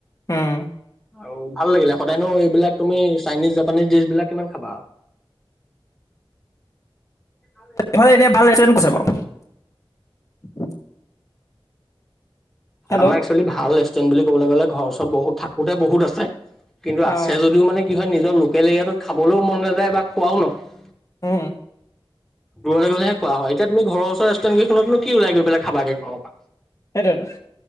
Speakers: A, on the left; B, in the centre.
A: উম
B: আৰু ভাল লাগিলে সদায়নো এইবিলাক তুমি চাইনিজ, জাপানিজ ডিচ বিলাক কিমান খাবা আৱ। <unintelligible>
A: ফালে এনে ভাল ৰেষ্টুৰেণ্ট ক'ত আছে বাৱ।
B: আমাৰ
A: অ
B: একচুৱেলি ভাল ৰেষ্টুৰেন্ট বুলি ক'বলে গ'লে ঘৰৰ ওচ ত বহুত থাকোতে বহুত আছে কিন্তু
A: অ
B: আছে যদিও মানে কি নিজৰ লোকেল এৰিয়াটো খাবলৈও মন নাযায় বা খোৱাও নহয়
A: উম
B: দূৰলে গ'লেহে খোৱা হয় এতিয়া তুমি ঘৰৰ ওচৰৰ ৰেষ্টুৰেণ্ট কেইখনত কি উলাই গৈ পেলাই খাবা গৈ ঘৰৰ পা
A: সেইটোৱেইটো